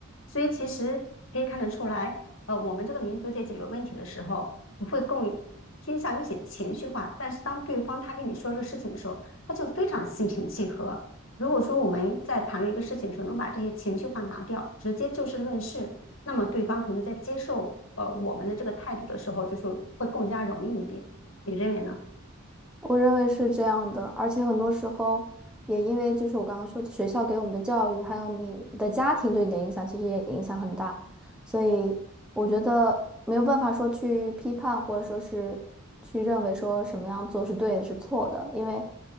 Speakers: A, on the left; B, in the centre.
A: 所以其实可以看得出来。呃，我们这个民族在解决问题的时候，我会更偏向于一些情绪化。但是当对方他跟你说这个事情的时候，他就非常心平气和。如果说我们在谈论一个事情的时候，能把这些情绪化拿掉，直接就事论事，那么对方可能在接受呃我们的这个态度的时候，就是会更加容易一点。你认为呢？
B: 我认为是这样的，而且很多时候也因为就是我刚刚说的学校给我们的教育，还有你的家庭对你的影响，其实也影响很大。所以我觉得没有办法说去批判，或者说是去认为说什么样做是对的，是错的，因为